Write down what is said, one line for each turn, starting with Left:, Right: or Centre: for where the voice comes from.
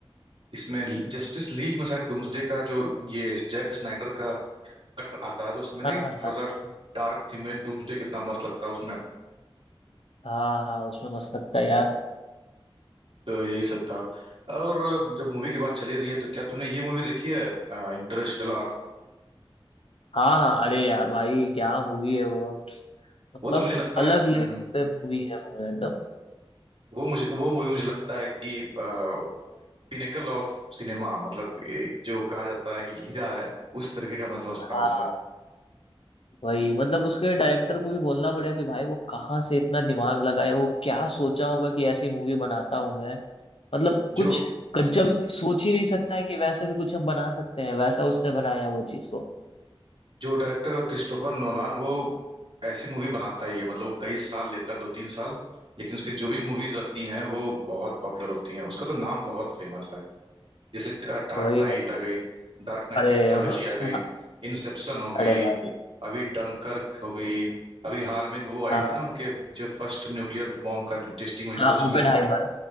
Right: इसमें जस्टिस लीग में शायद डूम्सडे का जो ये जैक स्नाइडर का कट आता है तो उसमें
Left: हाँ
Right: नहीं थोड़ा
Left: हाँ हाँ
Right: सा डार्क थीम में डूम्सडे कितना मस्त लगता है उसमें
Left: हाँ हाँ, उसमें मस्त लगता है यार
Right: तो यही सब था और जब मूवी की बात चली रही है तो क्या तुमने ये मूवी देखी है इंटरस्टेलर
Left: हाँ हाँ अरे यार भाई क्या मूवी है वो मतलब
Right: वो तो मुझे लगता
Left: अलग
Right: है हम्म,
Left: लेवल
Right: हम्म,
Left: पे मूवी है वो एकदम
Right: वो मुझे वो मूवी मुझे लगता है कि पिनेकल ऑफ सिनेमा मतलब एक जो कहा जाता है कि हीरा है उस तरीके का मैं समझता
Left: हाँ
Right: हूँ उसे
Left: वही मतलब उसके डायरेक्टर को भी बोलना पड़ेगा कि भाई वो कहाँ से इतना दिमाग लगाया वो क्या सोचा होगा कि ऐसी मूवी बनाता हूँ मैं मतलब
Right: जो
Left: कुछ कच्चा भी कोई सोच ही नहीं सकता है कि वैसे भी कुछ हम बना सकते हैं वैसा उसने बनाया वो चीज को
Right: जो डायरेक्टर है क्रिस्टोफर नोलान वो ऐसी मूवी बनाता ही है मतलब वो कई साल लेता है दो तीन साल लेकिन उसकी जो भी मूवीज आती हैं वो बहुत पॉपुलर होती हैं उसका तो नाम बहुत फेमस है जैसे डार्क
Left: वही
Right: नाइट
Left: वही
Right: आ गई डार्क नाइट
Left: अरे
Right: की ट्रायलॉजी
Left: <laughs>
Right: आ गई इंसेप्शन हो गई
Left: अरे भाई
Right: अभी डंकर्क हो गई अभी हाल में तो वो आई
Left: हाँ
Right: थी ना उनके जो फर्स्ट न्यूक्लियर बॉम्ब का टेस्टिंग हुई थी
Left: हाँ
Right: तो उसमें
Left: ओपेनहाइमर